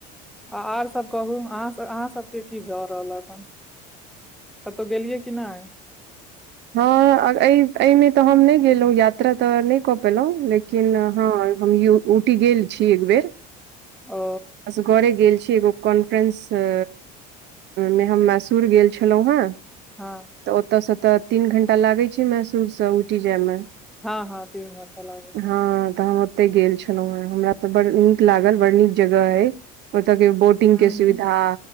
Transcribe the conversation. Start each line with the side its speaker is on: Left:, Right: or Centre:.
Centre: आ आर सभ कहू अहाँसभ अहाँ सबके की भए रहलक केतऽ गेलियै क नहि
Right: हँ एहिमे तऽ हम नहि गेलहुँं यात्रा तऽ नहि कऽ पेलहुँं लेकिन लेकिन हँ हम उटी गेल छी एक बेेर
Centre: ओ
Right: असकरे गेल छीय एगो कॉन्फ्रेन्स से ने हम मैसूर गेल छलहुँ हँ,
Centre: हँ
Right: तऽ ओतय सँ तऽ तीन घण्टा लागैत छै मैसूरसँ उठि जायमे
Centre: हँ हँ तीन घंटा लागै छै
Right: हँ तहन ओते गेल छलौ हैं हमरा तऽ बड़ नीक लागल बड नीक जगह है ओते के बोट <unintelligible> टिंग
Centre: हूँ
Right: के
Centre: हूँ
Right: सुविधा